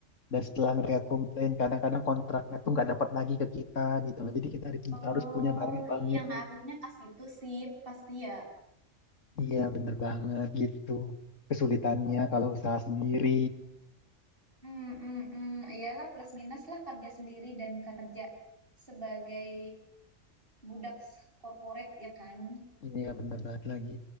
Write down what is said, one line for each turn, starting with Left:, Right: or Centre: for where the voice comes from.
Left: dan setelah mereka komplain kadang-kadang kontraknya tuh nggak dapat lagi ke kita gitu loh. Jadi kita harus
Right: Oh
Left: harus punya barang yang bagus.
Right: iya ngaruhnya ke situ sih pasti ya.
Left: Iya bener banget gitu. Kesulitannya
Right: oke
Left: kalau usaha sendiri
Right: hmm hmm mm. Iyalah plus minus lah kerja sendiri dan kerja sebagai budak s- corporate ya kan.
Left: ini ya bener banget lagi.